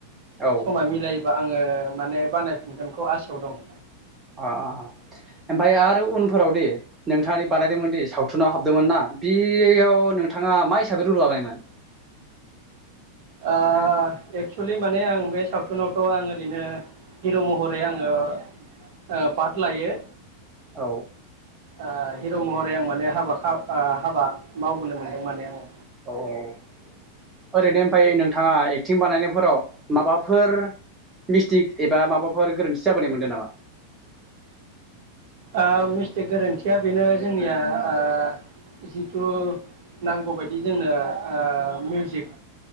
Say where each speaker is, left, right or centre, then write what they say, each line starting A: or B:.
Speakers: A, on the right; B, on the right.
A: औ
B: समा मिलायोबा आं ओ माने बानायफिनगोनखौ आासायाव दं।
A: अ अ अ ओम फाय आरो उनफोराव दि नोंथाङादि बानायदोंमोन दि सावथुनाव हाबदोंमोन ना बियाव नोंथाङा मा हिसाबै रुल लानायमोन?
B: ओ एक्सुलि माने आं बे सावथुनावथ' आं ओरैनो हिर' महरै आङो ओ पार्ट लायो।
A: औ
B: ओ हिर' महरै आं माने हाबा खा ओ हाबा मावबोनो मोनदों माने आङो।
A: औ औ औ ओरैनो ओमफाय नोंथाङा एकटिं बानायनायफोराव माबाफोर मिसटिक एबा माबाफोर गोरोन्थि जाबोनाय मोनदों नामा?
B: आ मिसटिक गोरोन्थिया बेनो जोंनिया ओ जिथु नांगौबायायदि जोंनो ओ मिउजिक